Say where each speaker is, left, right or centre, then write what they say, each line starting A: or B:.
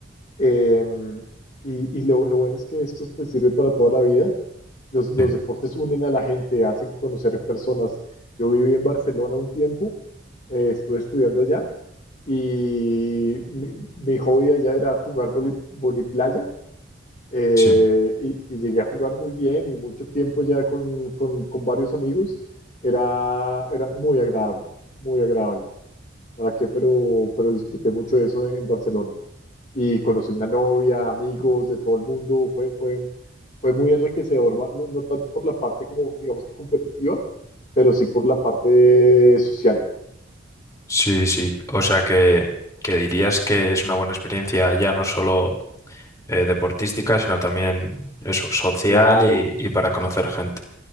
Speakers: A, on the left; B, on the left.
A: em, y y lo, lo bueno es que esto te sirve para toda la vida. Los, los
B: Sí,
A: deportes unen a la gente, hacen conocer personas. Yo viví en Barcelona un tiempo, eh, estuve estudiando allá y mi, mi hobby allá era jugar voli, voliplaya. eh,
B: sí,
A: y, y llegué a jugar muy bien y mucho tiempo ya con, con- con varios amigos. Era, era muy agradable, muy agradable. ¿Para qué? Pero, pero disfruté mucho eso en Barcelona. Y conocí una novia, amigos de todo el mundo. Fue, fue, fue muy enriquecedor, ma- no, no tanto por la parte como, digamos que competitiva, pero sí por la parte social.
B: sí. sí. O sea que, que dirías que es una buena experiencia ya no solo eh, deportística, sino también eso, social
A: Claro,
B: y, y para conocer gente.